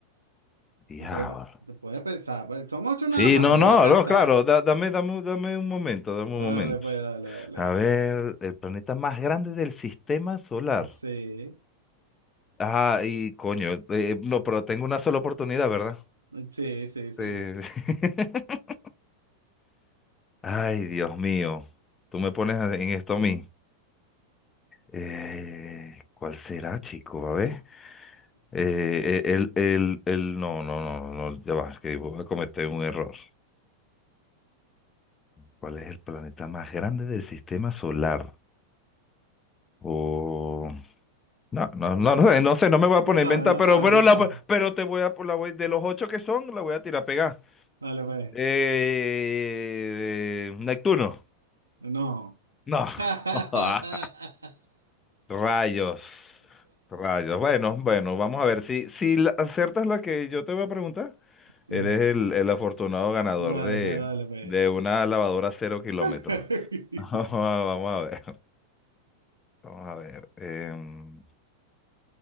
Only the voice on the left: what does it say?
Diablo.
Sí,
no,
no,
no, claro,
da- dame, dame, dame un momento, dame
un momento.
A
ver, el planeta más grande del sistema solar.
Ah, y coño, eh, no, pero tengo una sola oportunidad, ¿verdad?
Eh, <laughs> Ay, Dios mío, tú me pones en esto a mí. Eh, ¿cuál será, chico? A ver. Eh, e, el, el, el, no, no, no, no, no, ya va, que voy a cometer un error. ¿Cuál es el planeta más grande del sistema solar? o No, no, no, no, sé, no sé, no me voy a
poner
a inventar,
pero,
pero,
la,
pero te voy a, la voy- de los ocho que son, la voy a tirar a pegar.
Eh, Neptuno.
No.
<laughs> Rayos. Rayos. Bueno, bueno, vamos a ver. Si, si la- aciertas la que yo te voy a preguntar,
eres el, el afortunado ganador
de,
de una lavadora cero kilómetros.
<laughs> Vamos a ver. Vamos a ver. em,